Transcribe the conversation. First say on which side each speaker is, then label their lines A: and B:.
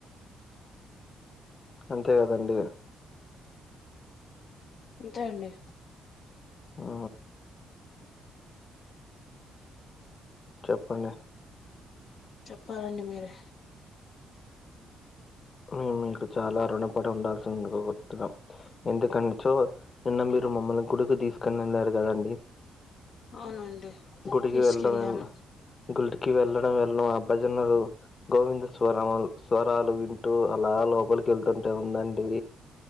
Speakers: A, on the left; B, on the left.
A: అంతే గదండి
B: అంతే అండి.
A: ఆ చెప్పండి?
B: చెప్పాలండి మీరే
A: మేము మీకు చాలా రుణపడి ఉండాల్సిందుకు గుర్తున్న ఎందుకనచో నిన్న మీరు మమ్మల్ని గుడికు తీసుకొనిందారు కదండి
B: అవునండి
A: గుడికి
B: తీసుకెళ్ళాం
A: వెళ్ళడం వెల్ళ గుడికి వెళ్ళడం వెళ్ళ అబ్బాజనలు గోవింద స్వరములు స్వరాలు విన్ అటు అలా లోపలికి వెళ్తుంటే ఉందండి